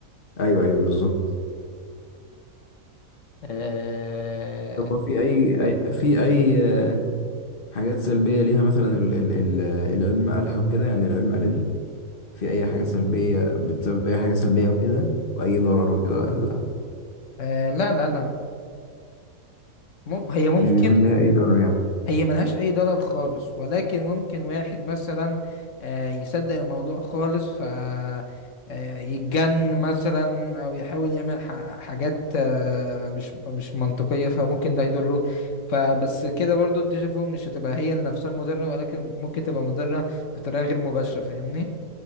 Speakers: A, on the left; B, on the left.
A: ايوه ايوه بالظبط
B: آه
A: طب هو في اي أي- في اي حاجات سلبيه ليها مثلا ال ال ال العلم قالها وكده يعني العلم قال ان في أي حاجة سلبية بتسبب أي حاجة سلبية وكده وأي ضرر وكده ولا
B: آه لا لا لا مم هي ممكن
A: مش بيكون لها أي ضرر يعني
B: هي ملهاش أي ضرر خالص ولكن ممكن واحد مثلا آه يصدق الموضوع خالص ف آه، يتجن مثلا أو يحاول يعمل ح- حاجات آه مش مش منطقية فممكن ده يضره فبس كده برضو الديجافو مش هتبقى هي نفسها المضرة ولكن ممكن تبقى مضرة بطريقة غير مباشرة فاهمني؟